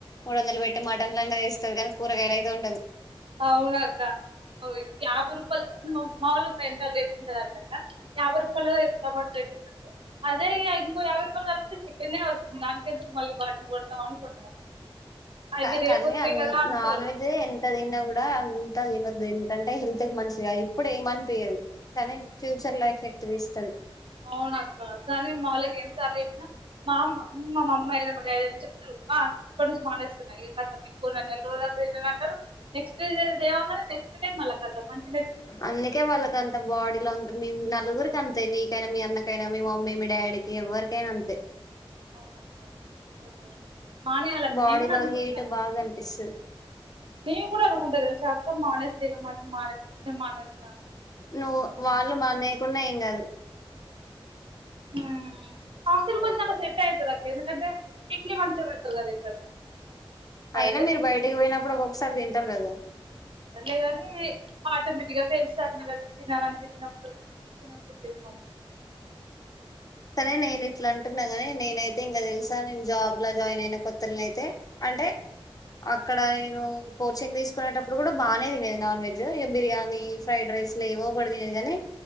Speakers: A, on the left; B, on the right.
A: మూడు వందలు పెట్టి మటన్లన్న తెస్తది కానీ, కూరగాయలయితే వండదు.
B: అవునక్క అవి యాభై రుప్ కొల్ మా మావోల్లకి మెంటల్ లేస్తుంటదంటక్క. యాభై రూపాయలు ఈ టమాటో రేట్ ఉన్నయనుకో, అదే ఇగా ఇ ఇంకో యాభై రూపాయలు కలిపితే, చికెన్నే వస్తుంది దానికెందుకు మళ్ళీ వాటిని కొన్డం అనుకుంటారు అసలు అవి
A: కా
B: రేపు
A: కానీ
B: వస్తాయి
A: అన్
B: కదా అనుకోరు
A: నాన్ వెజ్ ఎంత తిన్నాగ్ కూడా అంత తినద్దు. ఎందుకంటే, హెల్త్ కి మంచిది కాదు. ఇప్పుడ్ ఏమనిపియదు కానీ, ఫ్యూచర్ లొ ఎఫెక్ట్ తీస్తది.
B: అవునక్క కానీ మావళ్ళకి ఎన్నిసార్లు చెప్పినా, మా అమ్మ మా మమ్మీ అయినా మా డాడీ అయినా చెప్తారు. హ ఇప్పటి నుంచి మానేస్తున్నా ఇగ కథం. కొన్న నెల రోజులన్న తిననంటారు. నెక్స్ <unintelligible> లేవంగానే నెక్స్ట్ డే మల్ల కథం. మన్
A: అందుకే వాళ్ళకి అంత బాడీలో అంత మేం నలుగురి అంతే మీకైనా మీ అన్నకైనా మీ మమ్మీ మీ డాడీకి ఎవరికైనా అంతే
B: అవునక్కా ప్ర ఎంత మానేయాలక్క
A: బాడీ
B: నేను కూడా
A: లో
B: అనుకుంటున్నా
A: హీట్ బాగా అనిపిస్తది
B: మేము కూడా అనుకుంటా తెలిసి అక్క మనస్తే ఇగా మరి మనస్తే చికెన్ మనస్తే
A: నువ్వు వాళ్ళు మా నేయకున్నా ఏం గాదు
B: ఊమ్ హాస్టల్ వచ్చాక అ సెట్ అయితది అక్క ఎందుకంటే వీక్లీ వన్స్ ఏ పెడుతారు కదా ఇక్కడ బయట
A: అయినా మీరు
B: తిన్
A: బయటికి పోయినప్పుడు ఒక్కక్కసారి తింటారు కదా
B: అట్లే కాని ఆటోమేటిక్ గా ఫ్ <unintelligible> అని కలిసి తినాలనిపిస్త చిన్నపుడు తినకపోతే కోటేది మా అమ్మ
A: కానీ నేను ఇట్లా అంటున్నా గాని నేనైతే ఇంకా తెలుసా నేను జాబ్ లో జాయిన్ అయిన కొత్తలోని అయితే అంటే అక్కడ నేను కోచింగ్ తీసుకునేటప్పుడు కూడా బాగానే తినేది నాన్ వెజ్ ఇ బిర్యానీ ఫ్రైడ్ రైస్ లేవో కూడా తినేది కాని